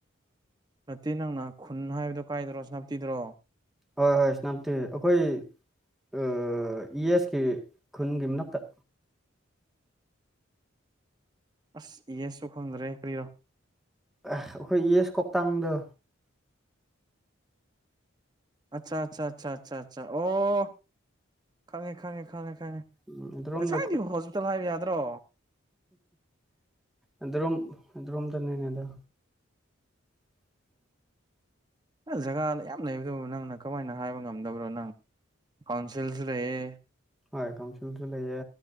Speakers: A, on the right; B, in the centre.
A: ꯅꯠꯇꯦ ꯅꯪꯅ ꯈꯨꯟ ꯍꯥꯏꯕꯗꯣ ꯀꯥꯏꯗ꯭ꯔꯣ ꯅꯅꯥꯞꯄꯤꯤꯗ꯭ꯔꯣ
B: ꯍꯣꯏ ꯍꯣꯏ ꯏꯁꯅꯥꯝꯇꯤ ꯑꯩꯈꯣꯏ ꯑ ꯏꯁꯀꯤ ꯈꯨꯟꯒꯤ ꯅꯠꯇ
A: ꯑꯁ ꯌꯦꯁꯨ ꯈꯪꯗ꯭ꯔꯦ ꯀ꯭ꯔꯤꯔꯣ
B: ꯑꯩꯈꯣꯏ ꯑꯦꯁ ꯀꯧꯇꯥꯡꯗ
A: ꯑꯆꯥ ꯑꯆꯥ ꯑꯆꯥ ꯑꯆꯥ ꯑꯆꯥ ꯑꯣ ꯈꯪꯉꯦ ꯈꯪꯉꯦ ꯈꯉꯦꯉꯦ
B: ꯎꯝ ꯑꯗꯨꯔꯣꯝꯗ
A: ꯉꯁꯥꯏꯗꯤ ꯍꯣꯁꯄꯤꯇꯥꯜ ꯍꯥꯏꯕ ꯌꯥꯗ꯭ꯔꯣ
B: ꯑꯗꯨꯣꯝ ꯑꯣꯝꯗꯅꯦꯅꯦ ꯑꯗ <inaudible>
A: ꯖꯒꯥꯗ ꯌꯥꯝ ꯂꯩꯕꯗꯨ ꯅꯪꯅ ꯀꯃꯥꯏꯅ ꯍꯥꯏꯕ ꯉꯝꯗꯕ꯭ꯔꯣ ꯅꯪ ꯀꯥꯎꯣꯟꯁꯤꯜꯁ ꯂꯩ
B: ꯍꯣꯏ ꯀꯥꯎꯟꯁꯤꯜꯁꯨ ꯂꯩꯌꯦ